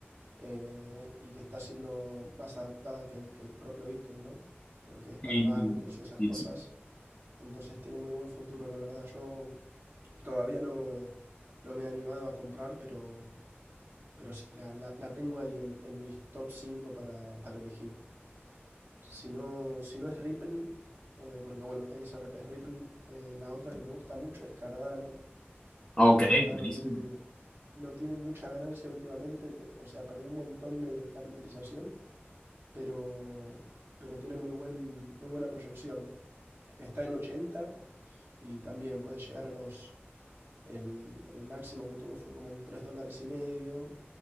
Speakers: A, on the right; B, on the left.
A: eh, y que está siendo más adaptada que el, que el propio Bitcoin, ¿no? Porque es para
B: Y-
A: bancos y esas
B: y
A: cosas.
B: sí.
A: Entonces tiene muy buen futuro, la verdad. Yo todavía no, no me he animado a comprar, pero, pero sí, la, la, la tengo ahí en, en mis top 5 para, para elegir. Si no, si no es Ripple, eh, porque bueno, XRP es Ripple, eh, la otra que me gusta mucho es Cardano,
B: Ok,
A: que la verdad
B: buenísimo.
A: no tiene, no tiene mucha ganancia últimamente, o sea, perdió un montón de capitalización, pero, pero tiene muy, buen, muy buena proyección. Está en 80 y también puede llegar a los... El, el máximo que tuvo fue como en 3 dólares y medio,